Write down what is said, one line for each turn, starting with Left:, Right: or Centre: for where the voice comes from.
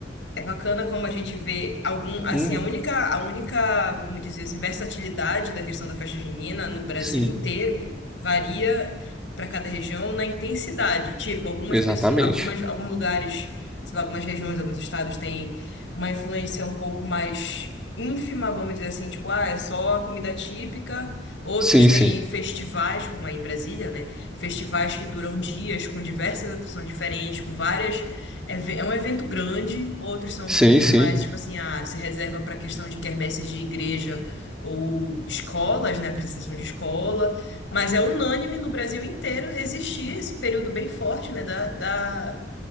Left: É bacana como a gente vê algum, assim,
Centre: Uhum,
Left: a única, a única, vamos dizer assim, versatilidade da questão da festa junina no Brasil
Centre: sim,
Left: inteiro varia para cada região na intensidade. Tipo, algumas
Centre: exatamente.
Left: pessoas, algumas, alguns lugares, sei lá, algumas regiões, alguns estados têm uma influência um pouco mais ínfima, vamos dizer assim, tipo, ah, é só a comida típica. Outros
Centre: Sim,
Left: têm
Centre: sim.
Left: festivais, como aí em Brasília, né? Festivais que duram dias com diversas atrações diferentes, com várias é ve- é um evento grande, outros são
Centre: Sim,
Left: um pouquinho
Centre: sim,
Left: mais, tipo assim, ah, se reserva para questão de quermesses de igreja ou escolas, né, apresentação de escola, mas é unânime no Brasil inteiro existir esse período bem forte, né, da, da-